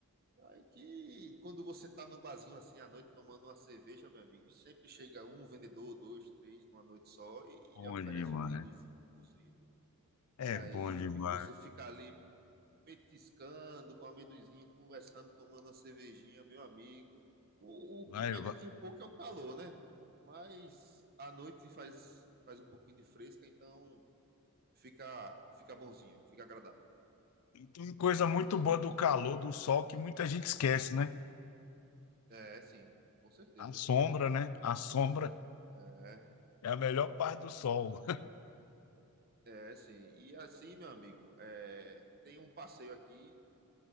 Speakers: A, on the right; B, on the left.
A: Aí que quando você tá no barzinho assim à noite tomando uma cerveja, meu amigo, sempre chega um vendedor, dois, três, numa noite só, e
B: Bom
A: lhe oferece
B: demais.
A: um amendoinzinho cozido.
B: É
A: E aí,
B: bom
A: meu
B: demais.
A: amigo, você fica ali petiscando com um amendoinzinho, conversando, tomando uma cervejinha, meu amigo. O, o
B: Lá
A: que peca
B: eu... vou-
A: aqui um pouco é o calor, né? Mas à noite faz, faz um pouquinho de fresca, então fica, fica bonzinho, fica agradável.
B: E tem uma coisa muito boa do calor, do sol, que muita gente esquece, né?
A: É, sim, com certeza.
B: A sombra, né? A sombra
A: É,
B: é a melhor parte do sol.
A: é sim. E assim, meu amigo, é, tem um passeio aqui,